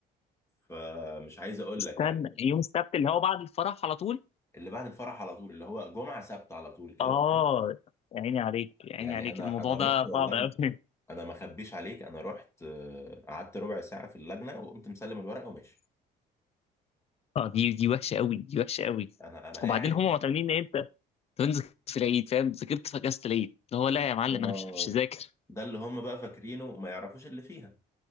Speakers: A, on the left; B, on the left.
A: فمش عايز اقول
B: استنى
A: لك يعني
B: يوم السبت اللي هو بعد الفرح على طول
A: اللي بعد الفرح على طول اللي هو جمعه سبت على طول كده
B: اه يا عيني عليك يا
A: يعني
B: عيني عليك
A: انا
B: الموضوع
A: انا رحت
B: ده
A: والله
B: صعب قوي
A: انا ما اخبيش عليك انا رحت آه، قعدت ربع ساعه في اللجنه وقمت مسلم الورقه وماشي
B: اه دي دي وحشه قوي دي وحشه قوي
A: انا انا قاعد
B: وبعدين هم معتمدين ان انت تنزل في العيد فاهم ذاكرت في اجازه العيد اللي هو لا يا معلم
A: آه،
B: انا مش مش هذاكر
A: ده اللي هم بقى فاكرينه وما يعرفوش اللي فيها